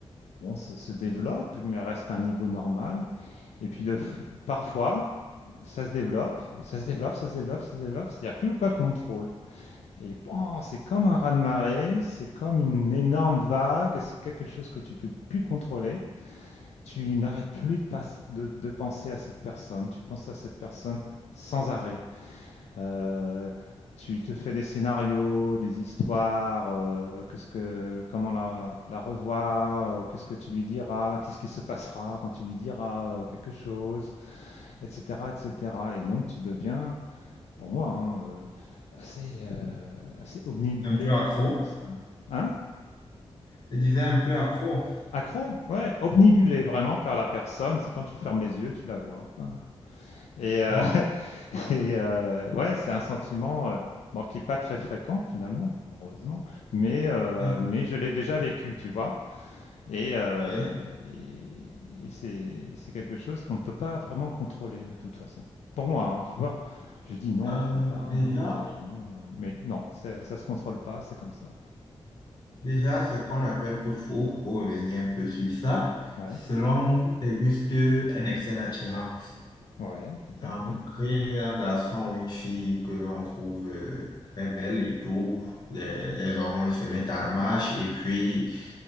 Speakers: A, on the left; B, on the left.
A: bon, se, se développent, mais restent à un niveau normal. Et puis de, f- parfois, ça se développe, ça se développe, ça se développe, ça se développe. Il n'y a plus aucun contrôle. Et bon, c'est comme un raz-de-marée, c'est comme une énorme vague, c'est quelque chose que tu peux plus contrôler. Tu n'arrêtes plus de, passe- de de penser à cette personne, tu penses à cette personne sans arrêt. Euh, tu te fais des scénarios, des histoires, euh, qu'est-ce que, comment la, la revoir, euh, qu'est-ce que tu lui diras, qu'est-ce qui se passera quand tu lui diras euh, quelque chose, etc., etc. Et cetera. Et donc tu deviens, pour moi, hein, euh, assez, euh, assez omnibulé
B: un peu
A: par
B: accro,
A: cette personne. Hein?
B: je disais un peu accro.
A: Accro? Ouais, omnibulé vraiment par la personne, c'est quand tu fermes les yeux, tu la vois. hein. Et, euh,
B: Bon,
A: <laughs> Et euh, ouais, c'est un sentiment euh, bon, qui n'est pas très fréquent finalement, heureusement, mais, euh,
B: un,
A: mais je l'ai déjà vécu, tu vois. Et, euh,
B: deux,
A: et- et c'est c'est quelque chose qu'on ne peut pas vraiment contrôler de toute façon. Pour moi, hein, je sais pas. Je dis non,
B: un,
A: je peux pas,
B: déjà.
A: non, allez, non. euh, Mais non, c'est- ça se contrôle pas, c'est comme ça.
B: Déjà, ce qu'on appelle coup de foudre, pour revenir un peu sur ça,
A: Ouais,
B: selon moi, c'est juste un excès d'attirance.
A: ouais, peut-être,
B: Rencontrer
A: oui.
B: un garçon ou une fille que l'on trouve euh, très belle et tout, les, les hormones se mettent en marche et puis